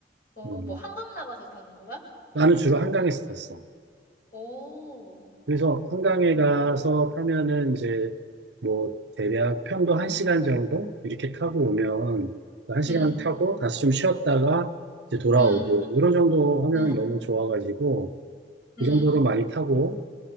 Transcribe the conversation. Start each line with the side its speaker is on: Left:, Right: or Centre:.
Left: 어,
Right: 어,
Left: 뭐 한강 나가서 타는 거야?
Right: 나는 주로 한강에서 탔어.
Left: 오,
Right: 그래서 한강에
Left: 막,
Right: 가서 타면은 이제 뭐 대략 편도 한시간 정도 이렇게 타고 오면 한시간
Left: 음,
Right: 타고 다시 좀 쉬었다가 이제 돌아오고
Left: 음,
Right: 이런 정도 하면
Left: 음,
Right: 너무 좋아가지고
Left: 음,
Right: 그 정도도 많이 타고